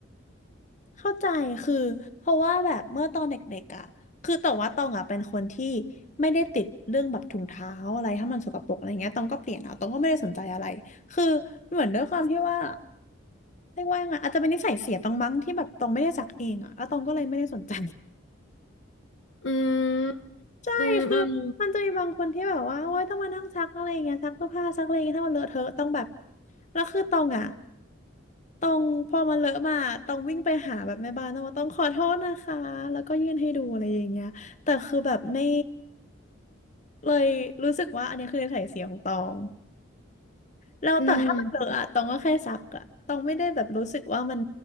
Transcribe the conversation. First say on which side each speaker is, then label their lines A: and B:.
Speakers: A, on the left; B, on the left.
A: เข้าใจคือเพราะว่าแบบเมื่อตอนเด็กๆอ่ะคือแต่ว่าตองอ่ะเป็นคนที่ไม่ได้ติดเรื่องแบบถุงเท้าอะไรถ้ามันสกปรกอะไรเงี้ยตองก็เปลี่ยนเอาตองก็ไม่ได้สนใจอะไรคือเหมือนด้วยความที่ว่าเรียกว่ายังไงอาจจะเป็นนิสัยเสียตองมั้งที่แบบตองไม่ได้ซักเองอ่ะแล้วตองก็เลยไม่ได้สนใจ
B: อืมอืมอืม
A: <laughs> ใช่คือมันจะมีบางคนที่แบบว่าโอ๊ยต้องมานั่งซักอะไรอย่างเงี้ยซักเสื้อผ้าซักอะไรอย่างเงี้ยถ้ามันเลอะเทอะต้องแบบแล้วคือตองอ่ะ ต้องพอมันเลอะมาต้องวิ่งไปหาแบบแม่บ้านต้องว่าต้องขอโทษนะคะแล้วก็ยื่นให้ดูอะไรอย่างเงี้ยแต่คือแบบไม่เลยรู้สึกว่าอันนี้คือนิสัยเสียของตองแล้วแต่ถ้ามันเลอะอะตองก็แค่ซักอะตองไม่ได้แบบรู้สึกว่ามัน
B: อืม